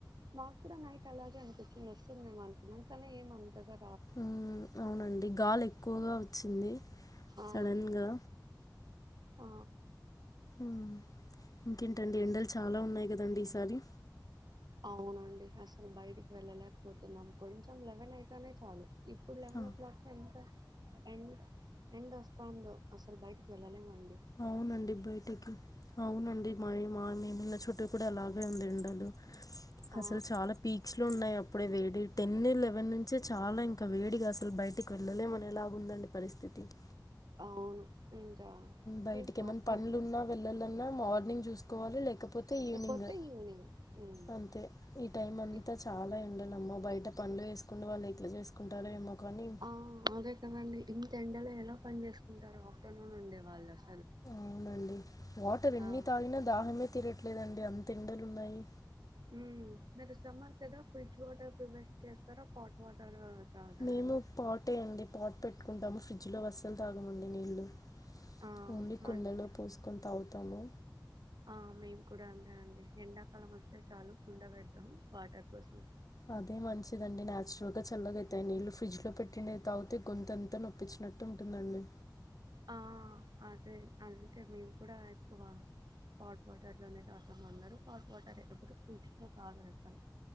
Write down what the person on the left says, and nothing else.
ఉ అవునండి గాలి ఎక్కువగా వచ్చింది.
సడన్గా
ఉమ్ ఇంకేంటండి ఎండలు చాలా ఉన్నాయి కదండి ఈసారి
ఆ,
అవునండి బయటికి అవునండి మాయ మా మేము ఉన్న చుట్టూ కూడా అలాగే ఉంది ఎండలు
అసలు చాలా పీక్స్ లో ఉన్నాయి అప్ ఇప్పుడే వేడి టెన్ లెవెన్ నుంచే చాలా ఇంకా వేడిగా అసలు బయటికి వెళ్ళలేమనీ లాగా ఉందండి పరిస్థితి తిన్
బయటికి
ఏమైన్నా
పనులు ఉన్నా వెళ్లాలన్నా మార్నింగ్ చూసుకోవాలి లేకపో కాకపోతే ఈవినింగ్
అంతే ఈ టైం అంతా
చాలా ఎండలు అమ్మో బయట పనులు ఏసుకునే వాళ్ళు ఎట్లా చేసుకుంటారు ఏమో కానీ
అవునండి వాటర్ ఎన్ని
తాగినా దాహమే తీరట్లేదండి అంత ఎండలు ఉన్నాయి.
మేము పాటే అండి పాట్ పెట్టుకుంటాము ఫ్రిడ్జ్ లో వస్సలు తాగమండి నీళ్లు
ఓన్లీ
కుండలో పోసుకొని తాగుతాము.
అదే మంచిదండి నేచురల్ గా చల్లగా అయితాయి నీళ్ళు ఫ్రిడ్జ్ లో పెట్టిన తాగితే గొంతెంత నొప్పిచి నట్టుంటుందండి.